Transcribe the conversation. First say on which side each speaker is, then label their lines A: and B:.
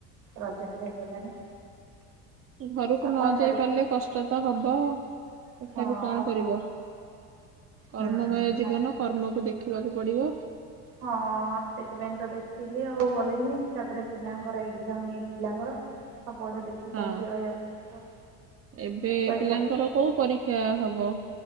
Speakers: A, on the right; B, on the right.
A: ରଜ ଟା ହେଇପାରିଲାନି।
B: ଘରୁକୁ
A: ଆଉ
B: ନ
A: କଣ
B: ଯାଇ
A: କରିବା
B: ପାରିଲେ କଷ୍ଟ ତ ହବ। ତଥାପି
A: ହଁ
B: କଣ
A: ଆଉ
B: କରିବ। କର୍ମମୟ
A: ହୁଁ
B: ଜୀବନ। କର୍ମକୁ ଦେଖିବାକୁ ପଡିବ।
A: ହଁ, ସେଥିପାଇଁ ତ ଦେଖିଲି ଆଉ ଗଲିନି। ତାପରେ ପିଲାଙ୍କର ଏକ୍ସାମ୍ ନେଇ ପିଲାଙ୍କର। ସବୁଆଡୁ ଦେଖି। ଚାହିଁକି
B: ହଁ,
A: ରହିବାକୁ ପଡିଲା ଆଉ
B: ଏବେ
A: ପରୀକ୍ଷା
B: ପିଲାଙ୍କର କୋଉ ପରୀକ୍ଷା ହବ?